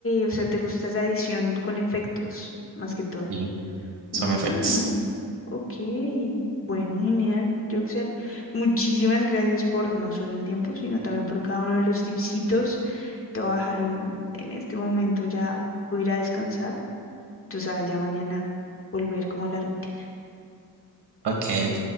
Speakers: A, on the left; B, on the right.
A: o sea, te gusta esa edición con efectos, más que todo.
B: Y
A: Mm,
B: son efectos.
A: ok, bueno, genial, Joxer. Muchísimas gracias por no solo el tiempo, sino también por cada uno de los tipsitos. Te voy a dejar un- en este momento ya, voy a ir a descansar. Tú sabes, ya mañana volver como a la rutina.
B: Ok, ok,